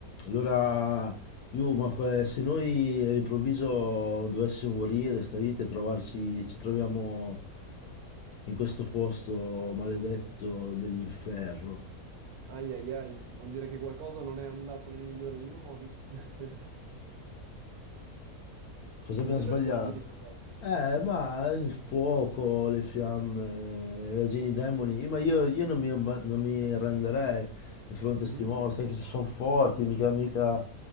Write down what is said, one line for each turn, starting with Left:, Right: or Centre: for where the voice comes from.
Left: Allora, io, ma que- se noi all'improvviso dovessimo morire sta vita e trovarci, ci troviamo in questo posto maledetto dell'inferno,
Right: Ai ai ai, vuol dire che qualcosa non è andato nel migliore dei modi. <laughs>
Left: cosa abbiamo
Right: Come
Left: sbagliato?
Right: te lo immagini, sto posto?
Left: Eh, ma il fuoco, le fiamme, la gente, i demoni, ma io, io non mi, abba- non mi arrenderei di fronte
Right: Mhm.
Left: a sti mostri, anche se sono forti, mica, mica,